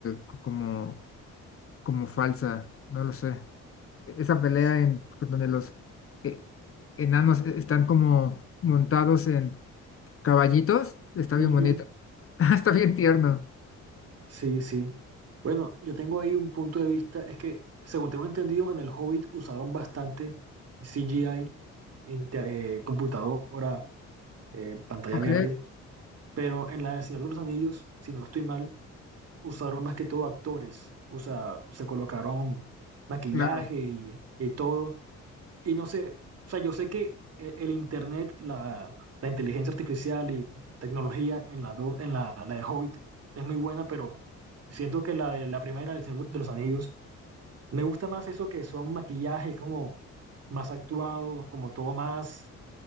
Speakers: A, on the left; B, on the right.
A: co- como, como falsa, no lo sé. esa pelea
B: S-
A: en pues, donde los eh, enanos e-, están como montados en caballitos, está
B: ujú,
A: bien bonito. <laughs> Está bien tierno.
B: Sí, sí. Bueno, yo tengo ahí un punto de vista, es que según tengo entendido, en el Hobbit usaron bastante CGI, inte- eh, computadora, eh, pantalla
A: Ok,
B: verde Pero en la de Señor de los Anillos, si no estoy mal, usaron más que todo actores, o sea, se colocaron maquillaje
A: claro.
B: y, y todo. Y no sé, o sea, yo sé que e- el internet, la, la inteligencia artificial y tecnología en la, do- en la, la de Hobbit es muy buena, pero siento que la de la primera, el Señor de los Anillos, me gusta más eso que son maquillajes como más actuados, como todo más